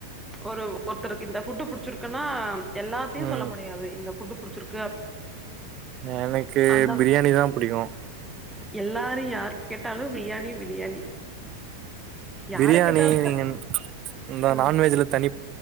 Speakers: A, in the centre; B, on the right (about 35°).
A: ஒரு ஒருத்தருக்கு இந்த ஃபுட்டு புடிச்சிருக்குன்னா அ எல்லாத்தையு
B: ம்
A: சொல்ல முடியாது இந்த ஃபுட்டு புடிச்சிருக்
B: எனக்கு
A: அந்த
B: பிரியாணி தா புடிக்கு
A: எல்லாரு யாரு கேட்டாலு பிரியாணி பிரியாணி யார
B: பிரியாணி
A: கேட்டாலு
B: நீங்க இந்த
A: ம்
B: நான்வெஜ்ல தனி